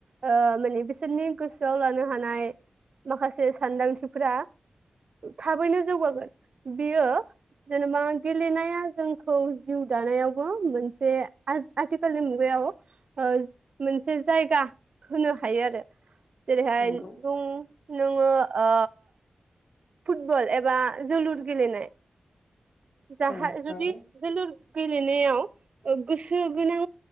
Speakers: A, on the right; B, on the left.
A: ओ माने बिसोरनि गोसोआव लानो हानाय माखासे सानदांथिफोरा थाबैनो जौगागोन। बियो जेनेबा गेलेनाया जोंखौ जिउ दानायावबो मोनसे आ-आथिखालनि मुगायाव ओ मोनसे जायगा होनो हायो आरो जेरैहाय
B: नंगौ
A: बुं नोङो ओ फुटबल एबा जोलुर गेलेनाय जाहा
B: औ
A: जुदि
B: नंगौ
A: जोलुर गेलेनायाव ओ गोसो गोनां